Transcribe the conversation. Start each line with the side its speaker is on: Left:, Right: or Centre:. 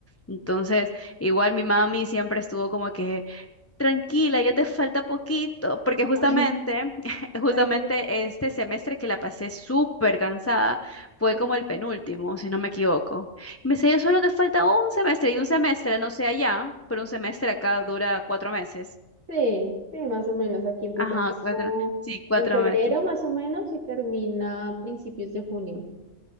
Left: Entonces, igual mi mami siempre estuvo como que Tranquila, ya te falta poquito, porque
Right: <laughs>
Left: justamente, <laughs> justamente
Right: ¿sabes qué?
Left: este semestre que la pasé súper cansada fue
Right: Ujú.
Left: como el penúltimo, si no me equivoco. Y me decía, yo solo te falta un semestre y un semestre, no sé allá, pero un semestre acá dura cuatro meses.
Right: Sí, sí, más o menos. Aquí empieza
Left: Ajá,
Right: como
Left: cuatro, sí, cuatro
Right: en febrero,
Left: meses.
Right: más o menos, y termina a principios de junio.